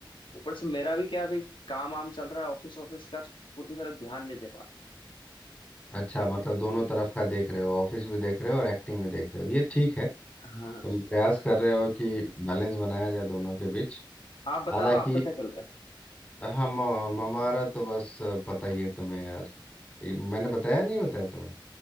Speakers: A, on the left; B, on the left.
A: ऊपर से मेरा भी क्या अभी काम वाम चल रहा है ऑफिस ऑफिस का तो पूरी तरह ध्यान नहीं दे पा
B: अच्छा मतलब दोनों तरफ का देख रहे हो ऑफिस भी देख रहे हो और एक्टिंग भी देख रहे हो ये ठीक है
A: रहा। हाँ
B: तुम प्रयास कर रहे हो कि बैलेंस बनाया जाए दोनों के बीच
A: आप बताओ
B: हालांकि
A: आपका क्या चल रहा है
B: हम हमारा तो बस पता ही है तुम्हें यार ये मैंने बताया नहीं बताया तुम्हें